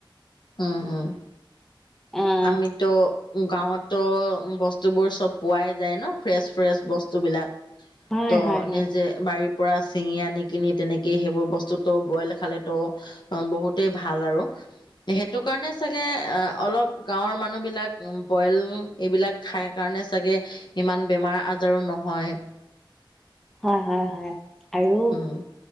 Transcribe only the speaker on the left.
উম, উম,
আমিতো গাঁৱতো বস্তু বস্তুবোৰ চব পোৱাই যায় ন, ফ্ৰেচ-ফ্ৰেচ বস্তু বিলাক,
ত',
নিজে বাৰীৰ পৰা চিঙি আনি কিনি, তেনেকেই সেইবোৰ বস্তু তো বইল খালে তো অ, বহুতেই ভাল আৰু। সেইটো কাৰণে চাগে, অলপ গাঁৱৰ মানুহবিলাক বইল এইবিলাক খাই কাৰণে চাগে, ইমান বেমাৰ-আজাৰো নহয়।
উম